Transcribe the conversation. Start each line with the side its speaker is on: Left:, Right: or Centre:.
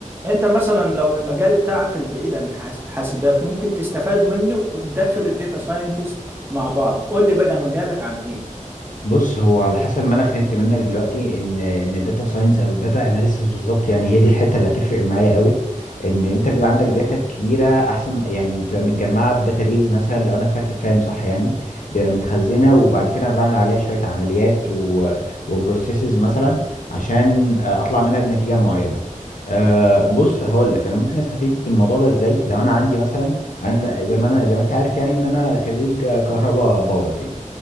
Right: انت مثلا لو من المجال بتاعك البعيد عن حاس- حاسبات ممكن تستفاد منه وتدخل الداتا ساينتست مع بعض قول لي بقى مجالك عن ايه
Left: بص هو على حسب ما انا فهمت منك دلوقتي ان ان الداتا ساينس او الداتا اناليسيس بالظبط يعني هي دي الحته اللي هتفرق معايا قوي ان انت بيبقى عندك داتا كبيره احسن يعني بتبقى متجمعه في داتابيز مثلا لو انا فاكر فاهم صح يعني بيبقى متخزنه وبعد كده أنا بعمل عليها شويه عمليات و... وبروسيسز مثلا عشان آه، اطلع منها بنتيجه معينه أه بص هقول لك انا ممكن استفيد من الموضوع ده ازاي لو انا عندي مثلا انا زي ما انا زي ما انت عارف يعني ان انا خريج كهرباء باور يعني